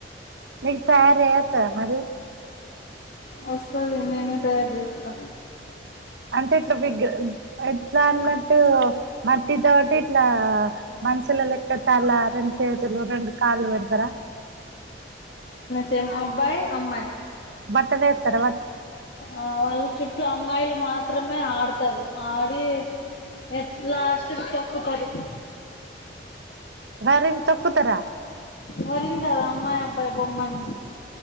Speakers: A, on the right (about 70°); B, on the left (about 60°).
A: నీకు తయారు జేయొత్తదా మరి
B: వస్తది లే నేనే తయారు చేస్తా
A: అంటే ఇట్ల బిగ్గు ఎట్లా అన్నట్టు మట్టితోటి ఇట్లా మనుషుల లెక్క తల రెండు చేతులు రెండు కాళ్ళు పెడతారా
B: తెమ్ అబ్బాయ్ అమ్మాయ్
A: బట్టలేత్తరా వ
B: ఆ వాళ్ళ చుట్టూ అమ్మాయిలు మాత్రమే ఆడతారు ఆడి ఎ లాస్ట్ కి తొక్కుతారు
A: వరిన్ తొక్కుతరా
B: వరిన్ కదా అమ్మాయి అబ్బాయి బొమ్మని